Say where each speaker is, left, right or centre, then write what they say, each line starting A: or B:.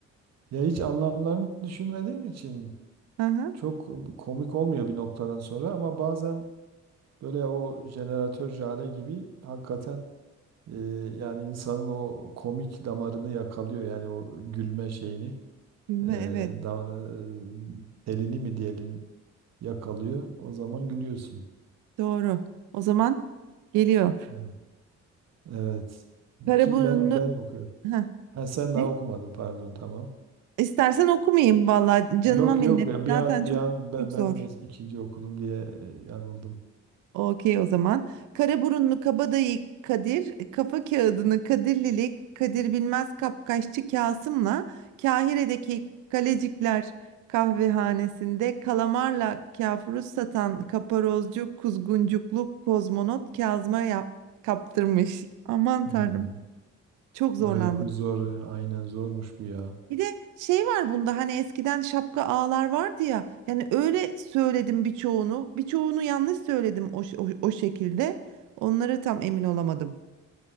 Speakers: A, on the right; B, on the right.
A: Ya hiç anlamlarını düşünmediğim için
B: Hı hı.
A: çok komik olmuyor bir noktadan sonra ama bazen böyle o jeneratör Jale gibi hakikaten e, yani insanın o komik damarını yakalıyor yani o gülme şeyini
B: Gülme
A: e,
B: evet.
A: da, e, telini mi diyelim yakalıyor o zaman gülüyorsun.
B: Doğru. O zaman geliyor.
A: Evet. Evet.
B: Karaburunlu
A: Kim ben ben okuyorum.
B: Heh.
A: Ha sen
B: Ne?
A: daha okumadın pardon tamam.
B: İstersen okumayayım valla. Canıma
A: Yok
B: minnet.
A: yok ya bir
B: Zaten
A: an
B: çok
A: bir an ben,
B: çok zor.
A: ben mes- ikinci okudum diye e, yanıldım.
B: Okey o zaman. Karaburunlu Kabadayı Kadir, Kafa Kağıdını Kadirlili Kadir Bilmez Kapkaççı Kasım'la Kahire'deki Kalecikler kahvehanesinde kalamarla kafuruz satan kaparozcu kuzguncuklu kozmonot Kazım'a yap- kaptırmış. Aman
A: Hmm.
B: tanrım çok zorlandım.
A: Evet bu zor. Aynen zormuş bu ya.
B: Bir de şey var bunda hani eskiden şapka ağlar vardı ya. Yani öyle söyledim birçoğunu. Birçoğunu yanlış söyledim o, ş- o, o şekilde. Onlara tam emin olamadım.